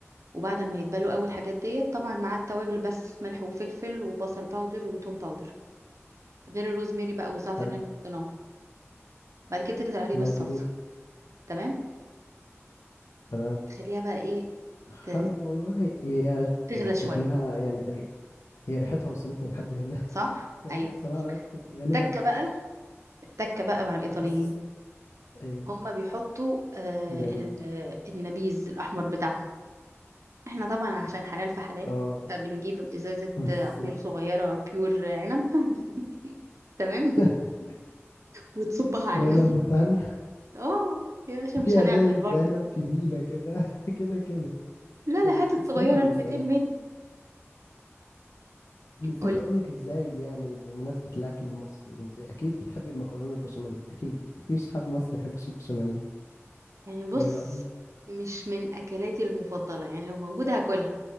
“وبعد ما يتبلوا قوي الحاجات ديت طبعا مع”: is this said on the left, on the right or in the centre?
Right